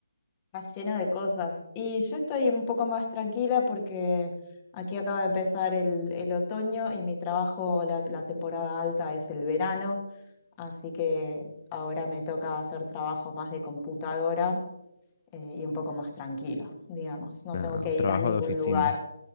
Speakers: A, on the left; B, on the left.
A: está lleno de cosas. Y yo estoy un poco más tranquila porque aquí acaba de empezar el, el otoño y mi trabajo, la, la temporada alta es el verano, así que ahora me toca hacer trabajo más de computadora eh, y un poco más tranquilo, digamos. No
B: Ah,
A: tengo que ir
B: trabajo
A: a ningún
B: de oficina.
A: lugar.